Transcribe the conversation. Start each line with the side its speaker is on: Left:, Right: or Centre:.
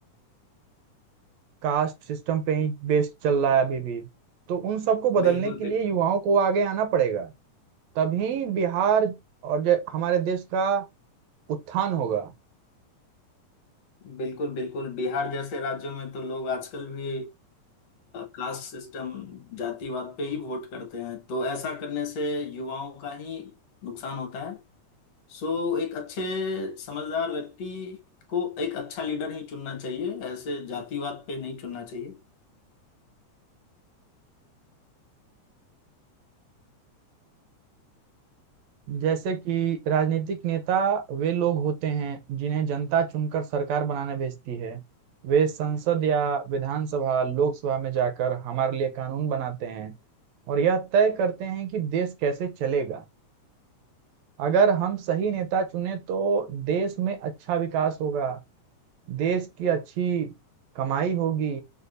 Right: कास्ट सिस्टम पे ही बेस्ड चल रहा है अभी भी तो उन सबको बदलने
Left: बिल्कुल
Right: के लिए
Left: बिल्कुल
Right: युवाओं को आगे आना पड़ेगा तभी बिहार और जे- हमारे देश का उत्थान होगा
Left: बिल्कुल बिल्कुल बिहार जैसे राज्यों में तो लोग आजकल भी कास्ट सिस्टम जातिवाद पे ही वोट करते हैं तो ऐसा करने से युवाओं का ही नुकसान होता है सो एक अच्छे समझदार व्यक्ति को एक अच्छा लीडर ही चुनना चाहिए ऐसे जातिवाद पे नहीं चुनना चाहिए
Right: जैसे कि राजनीतिक नेता वे लोग होते हैं जिन्हें जनता चुनकर सरकार बनाने भेजती है वे संसद या विधानसभा लोकसभा में जाकर हमारे लिए कानून बनाते हैं और यह तय करते हैं कि देश कैसे चलेगा अगर हम सही नेता चुने तो देश में अच्छा विकास होगा देश की अच्छी कमाई होगी